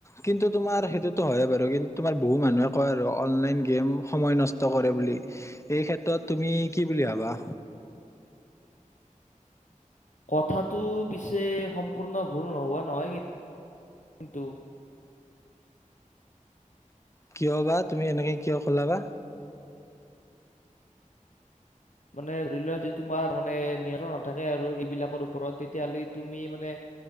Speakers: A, on the left (about 20°); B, on the left (about 65°).
A: কিন্তু তোমাৰ সেইটোতো হয়য়ে বাৰু কিন্তু তোমাৰ বহু মানুহে কয় আৰু অনলাইন গেম সময় নষ্ট কৰে বুলি এই ক্ষেত্ৰত তুমি কি বুলি ভাবা।
B: কথাটো পিছে সম্পূৰ্ণ ভুল নোহোৱা নহয় কিন্তু
A: কিয় বা তুমি এনেকে কিয় কলা বা
B: মানে ধৰি লোৱা যে তোমাৰ মানে নিয়ন্ত্ৰণ নাথাকে আৰু এইবিলাকৰ ওপৰত তেতিয়া হ'লে তুমি মানে